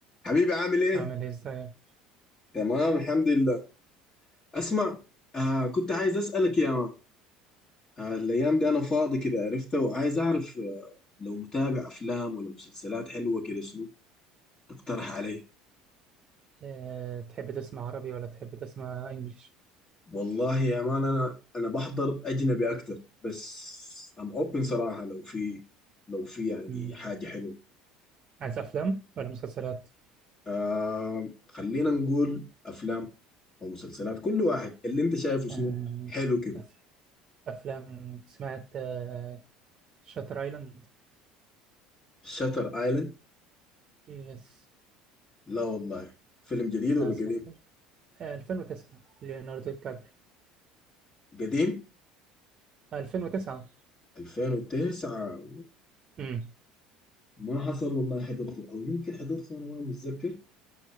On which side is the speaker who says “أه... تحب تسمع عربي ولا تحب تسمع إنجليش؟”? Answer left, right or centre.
Right